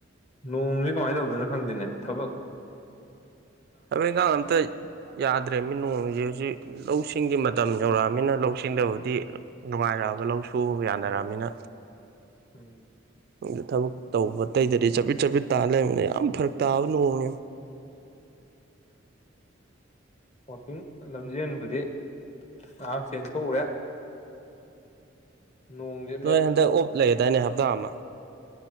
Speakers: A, on the left; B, on the right.
A: ꯅꯣꯡꯁꯤ ꯀꯃꯥꯏꯅ ꯇꯧꯗꯣꯏꯅꯣ ꯈꯪꯗꯦꯅꯦ ꯊꯕꯛ
B: ꯊꯕꯛ ꯏꯪꯈꯥꯡ ꯑꯝꯇ ꯌꯥꯗ꯭ꯔꯦꯃꯤ ꯅꯣꯡꯁꯤ ꯍꯧꯖꯤꯛ ꯂꯧ ꯁꯤꯡꯒꯤ ꯃꯇꯝ ꯌꯧꯔꯛꯑꯕꯃꯤꯅ ꯂꯧ ꯁꯤꯡꯗꯕꯨꯗꯤ ꯅꯨꯡꯉꯥꯏꯔꯛꯑꯕ ꯂꯧ ꯁꯨꯕꯕ ꯌꯥꯅꯔꯛꯑꯕꯅꯤꯅ
A: ꯎꯝ
B: ꯑꯗꯨ ꯊꯕꯛ ꯇꯧꯕꯇꯩꯗꯗꯤ ꯆꯞꯄꯤꯠ ꯆꯞꯄꯤꯠ ꯇꯥ ꯂꯩꯕꯃꯤꯅꯤꯅ ꯌꯥꯝ ꯐꯔꯛ ꯇꯥꯕ ꯅꯣꯡꯅꯤ
A: ꯋꯥꯋꯥꯛꯀꯤꯡ ꯂꯝꯖꯦꯟꯕꯨꯗꯤ ꯉꯥꯏꯍꯥꯛ ꯆꯦꯟꯊꯣꯛꯎꯔꯦ ꯅꯣꯡꯖꯨ
B: ꯅꯣꯏ ꯍꯟꯗꯛ ꯑꯣꯞ ꯂꯩ ꯑꯗꯥꯏꯅꯦ ꯍꯞꯇꯥ ꯑꯃ